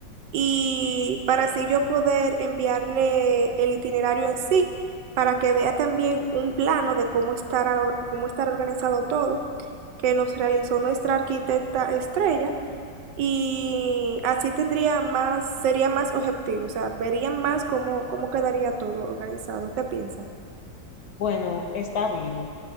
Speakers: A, on the right (about 75°); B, on the left (about 65°).
A: y para así yo poder enviarle el itinerario en sí, para que vea también un plano de cómo estará, cómo estará organizado todo, que nos realizó nuestra arquitecta Estrella, y así tendría más, sería más objetivo, o sea, verían más cómo, cómo quedaría todo organizado. ¿Qué piensa?
B: Bueno, está bien.